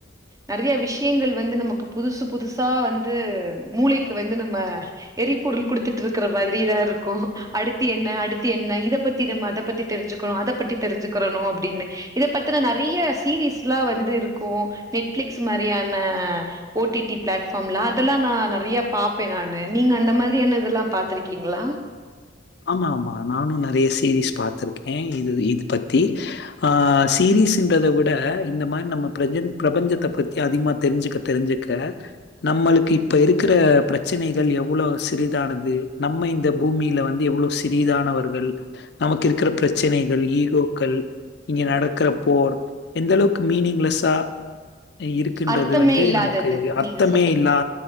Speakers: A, on the right; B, on the left.
A: நெறயா விஷயங்கள் வந்து நமக்கு புதுசு புதுசா வந்து மூளைக்கு வந்து நம்ம எரிபொருள் குடுத்துட்டுருக்குற மாறிதா இருக்கூ அடுத்து என்ன அடுத்து என்ன இத பத் தி நம்ம அத பத்தி தெரிஞ்சுக்கனு அத பத்தி தெரிஞ்சுக்கறனு அப்டினு இத பத்தினா நெறய சீரிஸ்ல்லா வந்து இருக்கூ நெட் பிளிக்ஸ் மாறியான ஓடிடி பிளாட்ஃபாம்ல அதெல்லா நா நெறயா பாப்ப நானு நீங்க அந்த மாறியான இதல்லா பாத்திருக்கீங்களா
B: ஆமா ஆமா நானு நெறய சீரிஸ் பாத்திருக்க இது இது பத்தி ஆஹ் சீரிஸ்ன்றத விட இந்த மாறி நம்ம பிர பிரபஞ்சத்த பத்தி அதிகமா தெரிஞ்சுக்க தெரிஞ்சுக்க நம்மளுக்கு இப்ப இருக்குற பிரச்சனைகள் எவ்ளோ சிறிதானது நம்ம இந்த பூமியில வந் எவ்ளோ சிறிதானவர்கள் நமக்கு இருக்கிற பிரச்சனைகள் ஈகோக்கள் இங்க நடக்கிற போர் எந்த அளவுக் மீனிங்லெஸ்சா இருக்குன்றது
A: அர்த்தமே
B: வந்து
A: இல்லாதது
B: நமக்கு அர்த்தமே
A: நீங்க சொல்றது
B: இல்லா